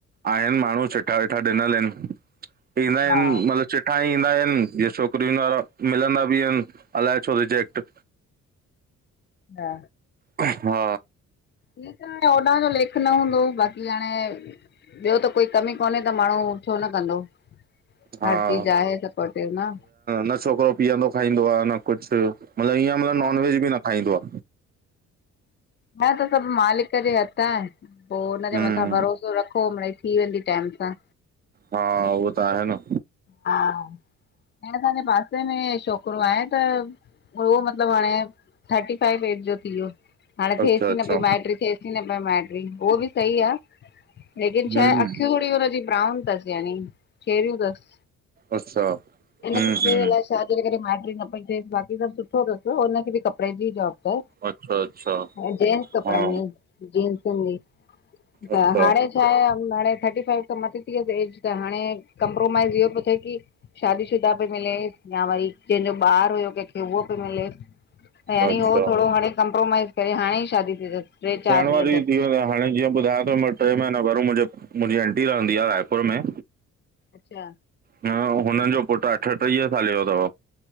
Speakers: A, on the right; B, on the left.
A: आहिनि माण्हू चिठा विठा ॾिनल आहिनि
B: हा
A: इं मतलब चिठा ईंदा आहिनि, जीअं छोकिरियुनि वारा मिलंदा बि आहिनि, अलाए छो रिजेक्ट
B: अच्छा
A: हा।
B: ठीक आ हाणे होॾां जो लेख न हूंदो, बाक़ी हाणे ॿियो त कोई कमी कोन्हे त माण्हू छो न कंदो।
A: हा
B: हर चीज आहे सपोर्टिव न
A: न छोकिरो पीअंदो खाईंदो आ न कुछ मतिलबु ईअं मतिलबु
B: हा
A: नॉन वेज बि न खाईंदो आ।
B: न त सभु मालिक जे हथ आहे पोइ हुनजे
A: हम्म
B: मथां भरोसो रखो मिड़ेई थी वेंदी टैम सां।
A: हा, उहो त आहे न
B: हा। इएं असांजे पासे में छोकिरो आहे त उहो मतलबु, हाणे थर्टी फाइव एज जो थी वियो। हाणे थिएस
A: अच्छा अच्छा
B: ई न पई माइटी, थिएस ई न पई माइटी उहो बि सही आ। लेकिन
A: हम्म
B: छाहे अखियूं थोरी हुनजी ब्राउन थसि, यानी शेरियूं थसि।
A: अच्छा। हम्म
B: इन जे करे
A: हम्म
B: अलाए छाजे करे? माइट्री न पई थियेस बाक़ी सभ सुठो अथस हुनखे बी कपड़े जी जॉब हा,
A: अच्छा अच्छा
B: अ‌ऊं जेन्स कपड़न
A: हा
B: जी, जींसुन जी। त
A: अच्छा
B: हाणे छाहे? हाणे थर्टी फाइफ खां मथे थी वियस एज त हाणे कंप्रोमाइज़ इहो पियो थे की शादी शुदा पई मिले, या वरी जेंजो ॿार हुयो केंखे उहो पियो मिले। ऐं हाणे
A: अच्छा
B: हो थोड़ो हाणे कंप्रोमाइज़ करे हाणे ई शादी थी तस ट्रे चार
A: थियण
B: ॾींहं
A: वारी
B: थियस।
A: थी वियो व्यांहु हाणे, जीअं ॿुधायांवतो ॿ टे महीना पेहरियूं मुंजे, मुंजी आंटी रहंदी आ रायपुर में।
B: अच्छा
A: न, हुनन जो पुट्र अठटीह साले जो तव